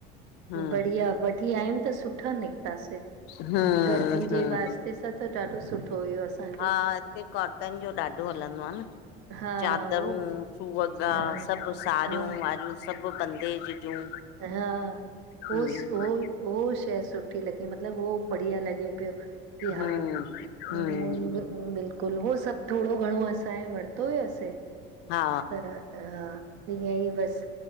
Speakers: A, on the left (about 65°); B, on the right (about 75°).
A: हम्म
B: बढ़िया वठी आयमि त सुठा निकतासे।
A: हम्म
B: गर्मियुनि जे
A: हम्म
B: वास्ते सां त ॾाढो सुठो हुयो। असांजो
A: हा हिते कॉटन जो ॾाढो हलंदो आ न।
B: हा
A: चादरूं
B: हो
A: सुअॻा
B: हा
A: सभ सड़ियूं
B: हा
A: वारियूं। सभ बंदे जी जूं
B: हा हूस
A: हम्म
B: हो उओ शइ सुठी लॻी मतिलब हो बढ़िया लॻे पियो।
A: हम्म
B: या
A: हम्म
B: मुंदि मुंदि कुल हो सभु थोरो घणो असांजे वरितो हुयोसे
A: हा
B: त अ ईअं ई बस